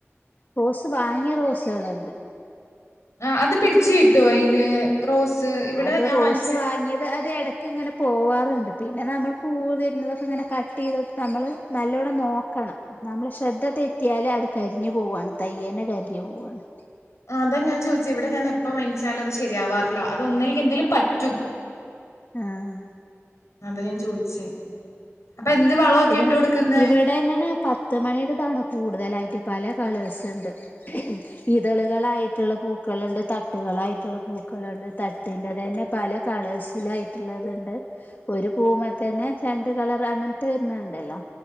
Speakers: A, on the left; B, on the left.
A: റോസ് വാങ്ങിയ റോസുകളുണ്ട്
B: ആഹ് അത് പിടിച്ചു കിട്ടുവോ അയിന് റോസ് ഇവിടെ
A: അത്
B: ഞാൻ
A: റോസ്
B: വാങ്ങിച്ച്
A: വാങ്ങിയത് അത് ഇടക്ക് ഇങ്ങനെ പോവാറുണ്ട് പിന്നെ നമ്മള് പൂവ് വരുന്നതൊക്കെ ഇങ്ങനെ കട്ട് ചെയ്തിട്ട് നമ്മള് നല്ലോണം നോക്കണം നമ്മള് ശ്രദ്ധ തെറ്റിയാല് അത് കരിഞ്ഞു പോവാണ് തയ്യന്നെ കരിഞ്ഞു പോവയാണ്
B: അതാ ഞാൻ ചോയിച്ചേ ഇവിടെ ഞാൻപ്പ വാങ്ങിച്ചാലും അത് ശെരിയാവാറില്ല അതൊന്നേങ്കിൽ എന്തേലും പറ്റും
A: ആഹ്
B: അതാ ഞാൻ ചോയിച്ചെ അപ്പൊ
A: ആഹ്
B: എന്ത് വളവൊക്കെ
A: പിന്നെ
B: ഇട്ട് കൊടുക്കുന്നെ
A: ഇവിടെ ഇങ്ങനെ പത്ത് മണീടതാണ് കൂടുതലായിട്ട് പല കളേഴ്സ് ഇണ്ട് ഇതളുകളായിട്ടിള്ള പൂക്കള്ണ്ട് തട്ടുകളായിട്ടിള്ള പൂക്കള്ണ്ട് തട്ടിന്റെതന്നെ പല കളേഴ്സിലായിട്ടിള്ളതിണ്ട് ഒരു പൂമ്മെ തന്നെ രണ്ട് കളർ അങ്ങനത്തെ വരുന്നെ ഇണ്ടല്ലോ